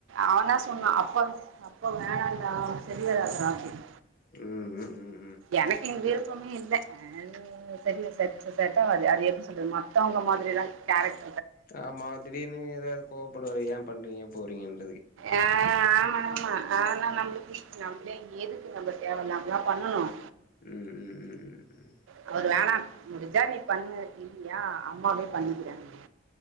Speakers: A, on the right; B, on the left.
A: அவன்தான் சொன்னா அப்பா அப்பா வேணாம்ண்டா சரி வராதுடா அப்டினு
B: உம் உம் உம்
A: எனக்கு விருப்பமே இல்ல ஆது சரி சட் சட்டாகது அது எப்படினு சொல்றது மத்தவங்க மாதிரிதான் கேரக்
B: ஆஹ் ஆமா திடீர்னு எதாது கோபப்படுவாரு ஏன்ப் பண்றீங்க போறீங்கனு
A: ஆஹ் ஆமா ஆமா ஆனான் நம்மளுக்கு நம்மளே எதுக்கு நம்ம தேவலாமல்லாம் பண்ணணும்
B: உம் உம் உம் உம் உம்
A: அவரு வேணாம் முடிஜா நீ பண்ணு இல்லையா அம்மாவே பண்ணிக்கிறப்ப